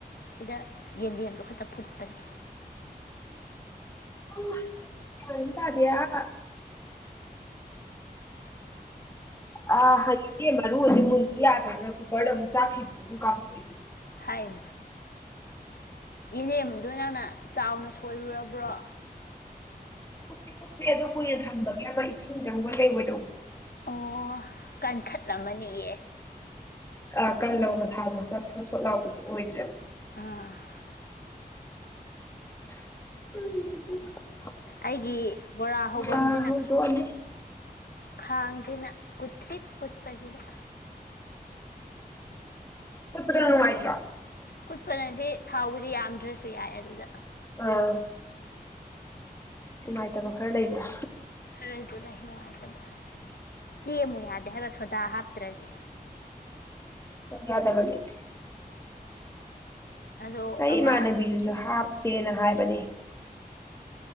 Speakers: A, on the left; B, on the left.
A: ꯁꯤꯗ ꯌꯦꯟꯗꯦꯝꯗꯨ ꯈꯛꯇ ꯐꯨꯠꯄꯅꯤ
B: <inaudible> ꯑ ꯌꯦꯟꯗꯦꯝ ꯃꯔꯨꯁꯤ ꯃꯨꯟꯂꯨ ꯌꯥꯗꯥꯗꯅ ꯀꯨꯀꯔꯗ ꯑꯃꯨꯛ ꯆꯥꯛ ꯊꯤꯗꯣꯛꯑꯒ ꯀꯥꯝꯊꯣꯛꯢꯅꯤ
A: ꯍꯥꯏꯌꯦ ꯏꯅꯦꯝꯗꯨ ꯅꯪꯅ ꯆꯥꯎꯅ ꯁꯣꯏꯔꯨꯔꯕ꯭ꯔꯣ
B: ꯀꯨꯞꯇꯤ ꯀꯨꯞꯄꯤ ꯑꯗꯨ ꯀꯨꯏꯅ ꯊꯝꯕꯒꯤ ꯑꯃ ꯏꯁꯤꯡ ꯆꯪꯕꯣꯢ ꯀꯩꯕꯣꯢ ꯇꯧꯕꯗꯣ
A: ꯑꯣ ꯀꯟꯈꯠꯂꯝꯃꯅꯤꯌꯦ
B: ꯑ ꯀꯜꯂꯕ ꯃꯁꯥꯗꯣ ꯈꯔ ꯊꯣꯠ ꯊꯣꯠ ꯂꯥꯎꯕꯤꯗꯨꯣ ꯑꯣꯏꯗ꯭ꯔꯦ
A: ꯑꯥ
B: <inaudible>
A: ꯑꯩꯒꯤ ꯕꯣꯔꯥ ꯍꯧꯕꯝꯁꯤꯅ
B: ꯑꯥ ꯍꯧꯗꯣꯛꯑꯅꯤ
A: ꯈꯥꯡꯗꯤꯅ ꯀꯨꯊꯔꯤꯛ ꯀꯨꯠꯄꯖꯤꯗ
B: ꯀꯨꯠꯄꯗꯨꯅ ꯅꯨꯡꯉꯥꯢꯇ꯭ꯔꯣ
A: ꯀꯨꯠꯄꯅꯗꯤ ꯊꯥꯎꯕꯨꯗꯤ ꯌꯥꯝꯗ꯭ꯔꯁꯨ ꯌꯥꯏ ꯑꯗꯨꯗ
B: ꯑꯥ ꯅꯨꯡꯉꯥꯏꯇꯕ ꯈꯔ ꯂꯩꯕ꯭ꯔꯥ
A: ꯈꯔꯁꯨ ꯂꯩ ꯅꯨꯡꯉꯥꯏꯇꯕ ꯀꯦꯃꯨ ꯌꯥꯗꯦ ꯍꯥꯏꯕ ꯁꯣꯗꯥ ꯍꯥꯞꯇ꯭ꯔꯗꯤ
B: ꯍꯣꯏ ꯌꯥꯗꯕꯅꯦ
A: ꯑꯗꯣ
B: ꯑꯩ
A: ꯑꯃ
B: ꯏꯃꯥꯟꯅꯕꯤꯗꯨꯁꯨ ꯍꯥꯞ ꯁꯦꯅ ꯍꯥꯏꯕꯅꯤ